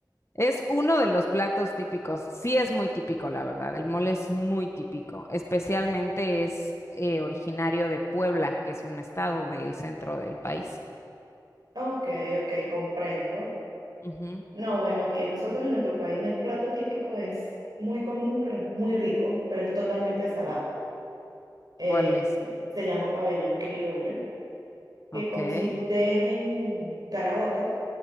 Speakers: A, on the left (about 35°); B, on the right (about 60°).
A: Es uno de los platos típicos. Sí, es muy típico, la verdad. El mole es muy típico. Especialmente es eh, originario de Puebla, que es un estado del centro del país.
B: Ok, ok, comprendo.
A: Ujú.
B: No, bueno, aquí nosotros en nuestro país el plato típico es muy común, pero es muy rico, pero es totalmente salado. Eh,
A: ¿Cuál es?
B: eh, se llama pabellón criollo, que
A: Ok.
B: consiste
A: ¿Qué
B: en caraotas,